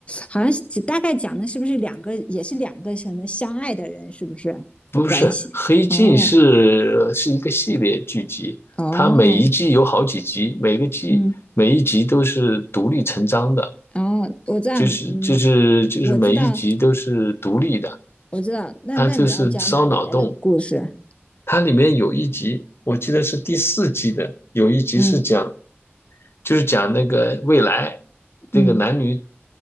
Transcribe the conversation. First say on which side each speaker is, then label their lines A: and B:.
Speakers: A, on the left (about 25°); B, on the left (about 60°).
A: 好像是大概讲的是不是两个，也是两个什么相爱的人，是不是的关系？
B: 不是《黑镜》是是一个系列剧集，
A: 哦哦，
B: 它每一季有好几集，每个季每一集都是独立成章的，
A: 嗯，哦，我知道，
B: 就是就是就是每一集都是独立的，
A: 嗯，我知道，我知道。那那你要讲哪里面的故事？
B: 它就是烧脑洞。它里面有一集，我记得是第四季的，有一集是讲。
A: 嗯
B: 就是讲那个未来这个男女
A: 嗯，